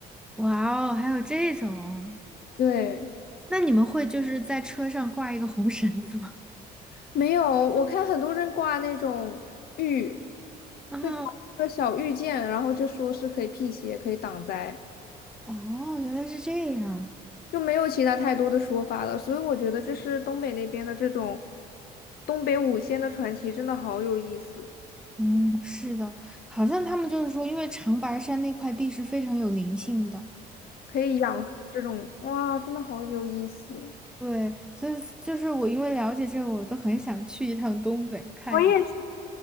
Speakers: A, in the centre; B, on the left.
A: 哇哦，还有这种，
B: 对，
A: 那你们会就是在车上挂一个红绳子吗？
B: 没有，我看很多人挂那种玉，
A: <laughs> 啊，
B: 会挂一个小玉剑，然后就说是可以辟邪、可以挡灾，
A: 哦，原来是这样。
B: 就没有其他太多的说法了。所以我觉得这是东北那边的这种东北五仙的传奇，真的好有意思，
A: 嗯，是的，好像他们就是说，因为长白山那块地是非常有灵性的，
B: 可以养成这种，哇，真的好有意思。
A: 对，所以就是我因为了解这个，我都很想去一趟东北看一。
B: 我也是，